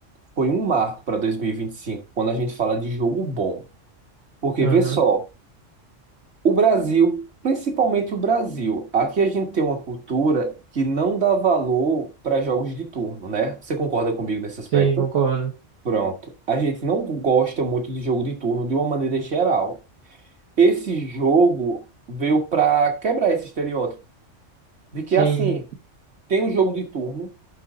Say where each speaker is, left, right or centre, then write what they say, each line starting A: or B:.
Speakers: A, on the right (about 60°); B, on the right (about 75°).
A: foi um marco para dois mil e e vinte e cinco quando a gente fala de jogo bom. Porque
B: Aham.
A: vê só, o Brasil, principalmente o Brasil, aqui a gente tem uma cultura que não dá valor para jogos de turno, né? Você concorda comigo nesse aspecto?
B: Sim, concordo.
A: Pronto. A gente não gosta muito de jogo de turno de uma maneira geral. Esse jogo veio para quebrar esse estereótipo de que
B: Sim.
A: assim, tem um jogo de turno